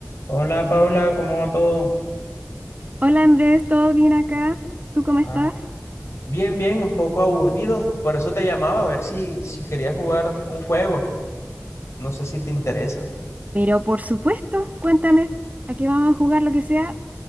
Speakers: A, on the left (about 60°); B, on the right (about 30°).
A: Hola Paula, ¿cómo va todo?
B: Hola Andrés, ¿todo bien acá? ¿Tú cómo
A: Ah,
B: estás?
A: bien, bien, un poco aburrido. Por eso te llamaba a ver si, si querías jugar un juego. No sé si te interesa.
B: Pero por supuesto, cuéntame, aquí vamos a jugar lo que sea,